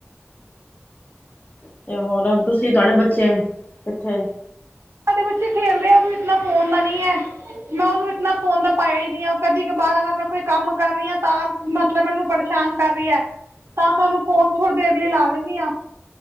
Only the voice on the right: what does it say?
ਸਾਡੇ ਬੱਚੇ ਖੇਲਦੇ ਹੈ ਉਨੂੰ ਇਤਨਾ ਫੋਨ ਦਾ ਨਹੀਂ ਹੈ, ਮੈਂ ਉਹਨੂੰ ਇਤਨਾ ਫੋਨ ਦਾ ਪਾਇਆ ਹੀ ਨਹੀਂ ਹੈ, ਕਦੀ ਕਬਾਰ ਮੈਂ ਕੋਈ ਕੰਮ ਕਰ ਰਹੀ ਹਾਂ ਤਾਂ ਮਤਲਬ ਮੈਂ ਉਹਨੂੰ ਪਰੇਸ਼ਾਨ ਕਰ ਰਹੀ ਹੈ ਤਾਂ ਮੈਂ ਨੂੰ ਫੋਨ ਥੋੜੀ ਦੇਰ ਲਈ ਲਾ ਦਿੰਦੀ ਹਾਂ,